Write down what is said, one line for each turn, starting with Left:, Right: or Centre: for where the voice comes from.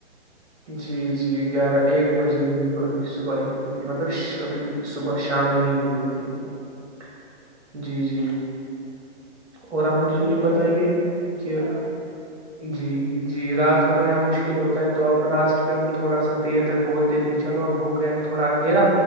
Right: جی جی گیارہ ایک بجے بھی صبح ہی ہوتی ہے مطلب ابھی صبح شام نہیں ہوئی ہوتی ہے جی جی اور آپ مجھے یہ
Left: ہوتی ہے
Right: بتائیے
Left: کبھی
Right: کہ جی جی رات ہونا یہاں مشکل ہوتی ہوتا تو اب راسٹ پہ ہم تھوڑا سا دیر تک بول دیتے ہیں چلو اب ہو گیا ہے تھوڑا اندھیرا